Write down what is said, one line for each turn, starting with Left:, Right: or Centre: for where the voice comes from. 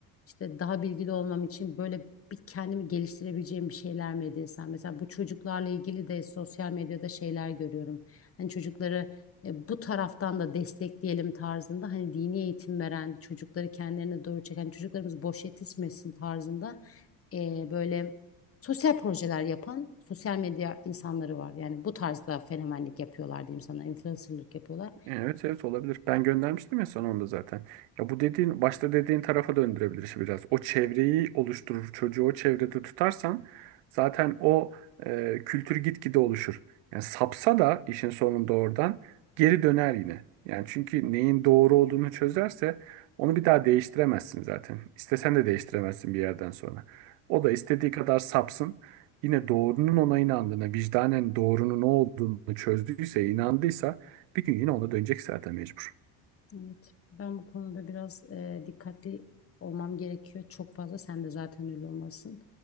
Left: işte daha bilgili olmam için böyle bir kendimi geliştirebileceğim bir şeyler mi edinsem? Mesela bu çocuklarla ilgili de sosyal medyada şeyler görüyorum. Hani çocukları e, bu taraftan da destekleyelim tarzında hani dini eğitim veren çocukları kendilerine doğru çeken çocuklarımız boş yetişmesin tarzında e, böyle sosyal projeler yapan sosyal medya insanları var. Yani bu tarzda fenomenlik yapıyorlar diyeyim sana influencerlık yapıyorlar.
Right: Evet evet olabilir. Ben göndermiştim ya sana onu da zaten. Ya bu dediğin başta dediğin tarafa döndürebilir işi biraz. O çevreyi oluşturur. Çocuğu o çevrede tutarsan zaten o e, kültür gitgide oluşur. Yani sapsa da işin sonunda oradan geri döner yine. Yani çünkü neyin doğru olduğunu çözerse onu bir daha değiştiremezsin zaten. İstesen de değiştiremezsin bir yerden sonra. O da istediği kadar sapsın. Yine doğrunun ona inandığına, vicdanen doğrunun ne olduğunu çözdüyse, inandıysa bir gün yine ona dönecek zaten mecbur.
Left: Evet, ben bu konuda biraz e, dikkatli olmam gerekiyor. Çok fazla sen de zaten öyle olmasın.